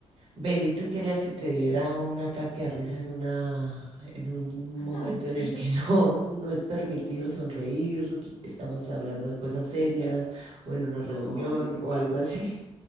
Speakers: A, on the right; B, on the left.
A: Ven, ¿y tú querías si te diera un ataque de risa en una, en un momento
B: <laughs>
A: en el que <laughs> no, no es permitido sonreír, estamos hablando de cosas serias, o en una reunión,
B: Ay, es
A: o
B: que
A: algo así?